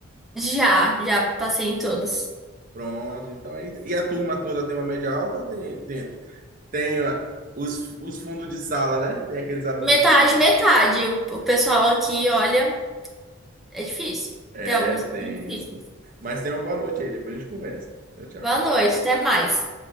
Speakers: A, in the centre; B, on the right.
A: já, já passei em todas.
B: Pronto, então aí. E a turma toda tem uma média alta ou tem, tem, tem ó, os, os fundos de sala, né? Tem aqueles alunos
A: Metade,
B: de fundo de sala.
A: metade. O o pessoal aqui, olha, é difícil.
B: É
A: Tem alguns
B: tenso.
A: que são difíceis.
B: Mas tenha uma boa noite aí, depois a gente conversa. Tchau, tchau.
A: Boa noite, até mais.